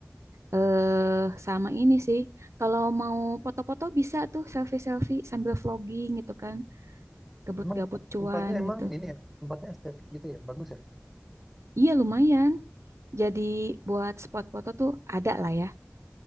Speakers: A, on the right; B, in the centre.
A: Eh, sama ini sih. Kalau mau foto-foto bisa tuh selfie-selfie sambil vlogging gitu kan. Gabut-gabut
B: Emang
A: cuan
B: tempatnya emang
A: gitu.
B: ini ya, tempatnya estetik gitu ya, bagus ya.
A: Iya lumayan. Jadi buat spot foto tuh ada lah ya